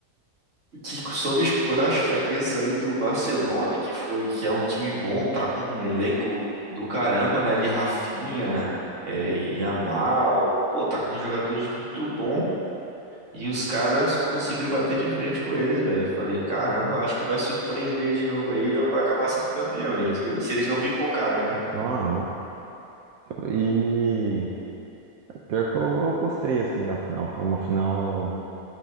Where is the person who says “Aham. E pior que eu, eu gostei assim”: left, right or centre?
Right